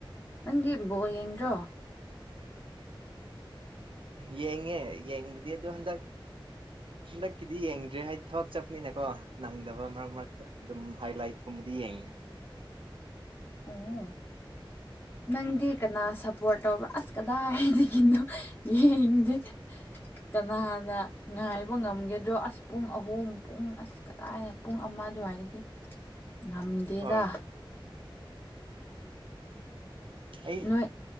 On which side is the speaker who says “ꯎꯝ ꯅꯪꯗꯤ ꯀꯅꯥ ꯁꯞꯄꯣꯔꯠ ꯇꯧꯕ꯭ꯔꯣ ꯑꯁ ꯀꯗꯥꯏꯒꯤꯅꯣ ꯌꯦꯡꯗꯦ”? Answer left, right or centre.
Left